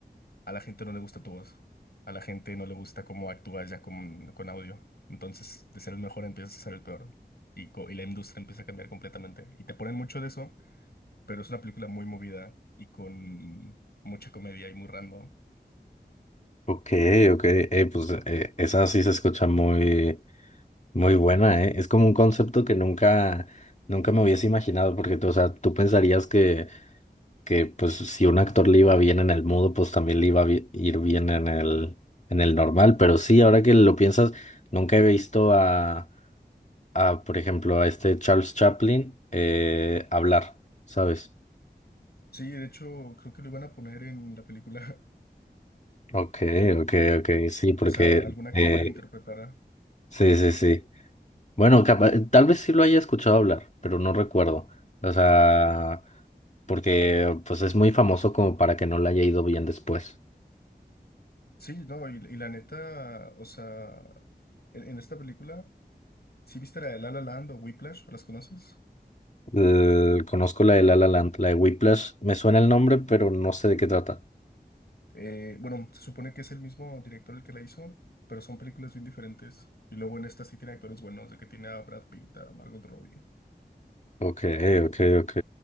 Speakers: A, on the left; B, on the left.
A: a la gente no le gusta tu voz. A la gente no le gusta cómo actúas ya con, con audio. Entonces, de ser el mejor empiezas a ser el peor y, co- y la industria empieza a cambiar completamente. Y te ponen mucho de eso pero es una película muy movida y con mucha comedia y muy random.
B: Ok, ok. Eh, pues eh, esa sí se escucha muy, muy buena, ¿eh? Es como un concepto que nunca, nunca me hubiese imaginado, porque, tú, o sea, tú pensarías que que pues si un actor le iba bien en el mudo, pues también le iba a bi- ir bien en el, en el normal. Pero sí, ahora que lo piensas, nunca he visto a, a por ejemplo, a este Charles Chaplin eh, hablar, ¿sabes?
A: Sí, de hecho, creo que lo iban a poner en la película,
B: Ok, ok, ok, sí,
A: <laughs>
B: porque
A: o sea, algún actor
B: eh,
A: que lo interpretara.
B: sí, sí, sí. Bueno, capa- tal vez sí lo haya escuchado hablar, pero no recuerdo. O sea, porque pues es muy famoso como para que no le haya ido bien después.
A: Sí, no, y, y la neta, o sea, en, en esta película, ¿sí viste la de La La Land o Whiplash? ¿Las conoces?
B: Eh, conozco la de La La Land, la de Whiplash. Me suena el nombre, pero no sé de qué trata.
A: Eh, bueno, se supone que es el mismo director el que la hizo, pero son películas bien diferentes. Y luego en esta sí tiene actores buenos, de que tiene a Brad Pitt, a Margot Robbie,
B: Ok, ok, ok.